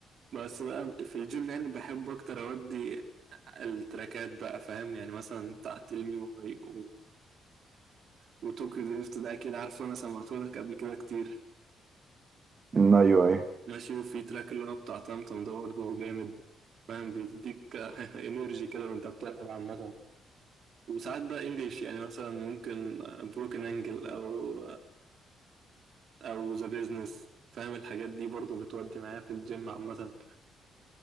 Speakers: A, on the right; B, on the right.
A: بس بقى في الجيم يعني بحب أكتر أودي التراكات بقى فاهم يعني مثلا بتاع تيل مي واي و... وتوكيو دريفت ده أكيد عارفه أنا سمعتهولك قبل كده كتير
B: مم، أيوه أيوه
A: ماشي وفي تراك اللي هو بتاع طمطم ده برضه جامد فاهم بيديك <laughs> انرجي كده وأنت بتلعب عامة وساعات بقى إنجلش يعني مثلا ممكن بروكن أنجل أو أو ذا بيزنس فاهم الحاجات دي برضه بتودي معايا في الجيم عامة